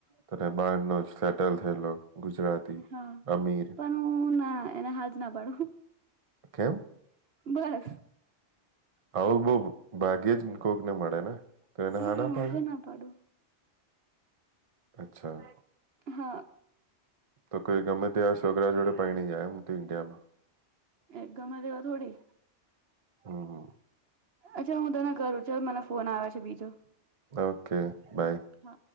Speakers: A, on the right (about 30°); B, on the right (about 60°).
A: તને બાર ન જ સેટલ થયેલો ગુજરાતી
B: હા
A: અમીર
B: પણ હું ના એના હાથ ના પાડું
A: કેમ
B: બસ
A: આવું બહ ભાગ્યે જ કોક ને મળે ને તો એને
B: હા પણ
A: પાડે
B: ઉ તોું ના પાડું
A: અચ્છા
B: હા
A: તો કોઈ ગમે ત્યાં છોકરા જોડે પા નહી જાય એમ તો ઇન્ડિયામાં
B: એક ગમે દવા થોડી.
A: હા.
B: અચ્છા હું તને કરું છો મને ફોન આવ છે બીજો.
A: ઓકે. બાય.
B: હા